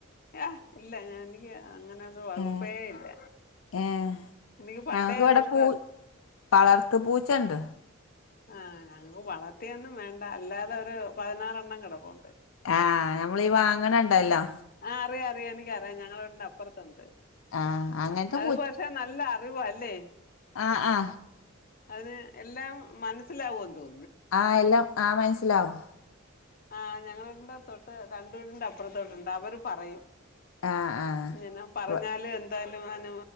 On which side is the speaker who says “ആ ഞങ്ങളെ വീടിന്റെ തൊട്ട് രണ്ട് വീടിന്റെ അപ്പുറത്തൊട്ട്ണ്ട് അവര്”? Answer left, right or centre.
Left